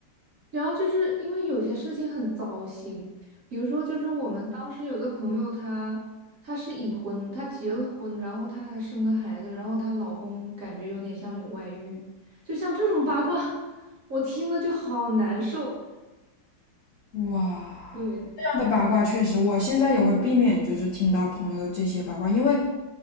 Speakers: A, on the right; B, on the left.
A: 然后就是因为有些事情很糟心，比如说，就是我们当时有个朋友她，她是已婚，她结了婚，然后她还生了孩子，然后她老公感觉有点像有外遇，就像这种八卦，我听了就好难受。
B: 哇，
A: 对，
B: 这样的八卦确实，我现在也会避免，就是听到朋友这些八卦，因为